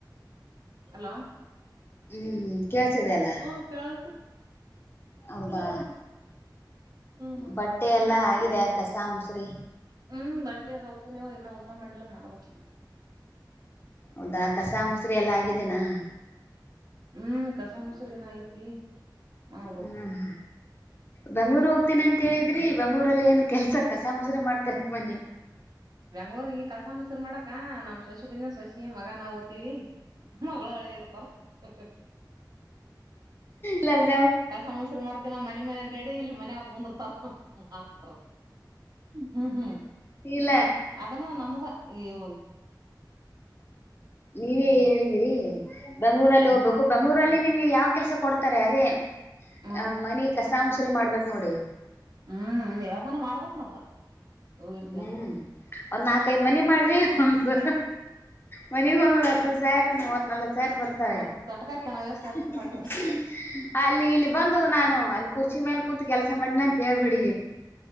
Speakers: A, on the right (about 55°); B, on the left (about 30°).
A: ಅಲೋ
B: ಹ್ಮ್ ಕೇಳ್ಸಿದೆ ಅಲ್ಲ
A: ಓ ಕೆಳ್ಸ್ತೈತ್.
B: ಹೌದಾ
A: ಹ್ಮ್
B: ಬಟ್ಟೆ ಎಲ್ಲಾ ಆಗಿದೆ ಕಸ ಮುಸ್ರಿ
A: ಹ್ಮ್ ಬಟ್ಟಿ ಅದ ಹೋಗ್ದ ನೀವು ಇನ್ನ ಊಟ ಮಾಡಿಲ್ಲಾ ಮಾಡ್ಬೇಕು.
B: ಹೌದಾ ಕಸ ಮುಸ್ರಿ ಎಲ್ಲಾ ಆಗಿದ್ದೇನಾ?
A: ಹ್ಮ್ ಕಸ ಮುಸರಿ ನು ಐತಿ. ಮಾಡ್ಬೇಕು
B: ಹ್ಮ್ ಬೆಂಗ್ಳೂರ್ ಹೋಗ್ತೀನಿ ಅಂತ ಹೇಳಿದ್ರಿ? ಬೆಂಗಳೂರಲ್ಲಿ ಏನ್ ಕೆಲ್ಸ ಕಸ ಮುಸ್ರಿ ಮಾಡ್ತಿರೆನಮ್ಮ ನೀವು
A: ಬೆಂಗ್ಳೂರ್ಗ ಕಸ ಮಸೂರಿ ಮಾಡಾಕ ನಮ್ ಶಶಿ ಬಂದ ಶಶಿ ಮಗ ನಾವ್ ಓತ್ತಿವಿ ಮಗಳು ಅಳ್ ಯ ಇರ್ತಾರ ಹ ಹ ಹ್
B: ಹ್ಮ ಲ
A: ಕಸ ಮೊಸ್ರ ಮಾಡ್ತಿನ ಮನೆ ಮೇನೆ ಡೆಡಿ ಇಲ್ಲಿ ಮನ್ಯಾಗ ಮುಂದರ್ತಾರ <unintelligible> ಹ್ಮ್-ಹ್ಮ್
B: ಇಲ್ಲ
A: ಅದ್ನ್ನು ನಮ್ಮದ ಈವು
B: ನೀವೇ
A: ಅಂತ
B: ಹೇಳಿದೀರಿ ಬೆಂಗ್ಳೂರಲ್ಲಿ ಹೋಗ್ಬೇಕು
A: ಹ್ಮ್
B: ಬೆಂಗ್ಳೂರಲ್ಲಿ ನಿಮ್ಗೆ ಯಾವ ಕೆಲ್ಸ ಕೊಡ್ತಾರೆ ಅದೇ
A: ಮಾಡ
B: ಅ ಮನೆ ಕಸ ಮುಸ್ರಿ ಮಾಡ್ಬೇಕ್ ನೋಡಿ.
A: ಹ್ಮ್ ಯಾವ್ದಾನ ಮಾಡ್ಬಕ್ ಮತ್ತ. ಹೋಗಿರ್ತಿವ
B: ಹ್ಮ್
A: ಅಂದ್ರ
B: ಒಂದ್ ನಾಕೈದ್ ಮನಿ ಮಾಡ್ರಿ ಒಂದು ಮನೀಗ ಒಂದತ್ತ ಸಾರ ಮುವತ್ತ್ ನವವತ್ತ್ ಸಾರ ಬರ್ತಾವೆ
A: ಮತ್ ತಟಕಾಯ್ತ ನಾವ ಐವತ್ ಸಾವಿರ
B: ಹಿ
A: ರೂಪಾಯಿ
B: ಹಿ ಹಿ ಅಲ್ಲಿ ಇಲ್ಲಿ ಬಂದ
A: ಪಗಾರ
B: ನಾನು ಅಲ್ಲಿ ಕುರ್ಚಿ ಮೇಲೆ ಕುೂಂತು ಕೆಲ್ಸ ಮಾಡನಂತೇಳ್ಬಿಡಿ.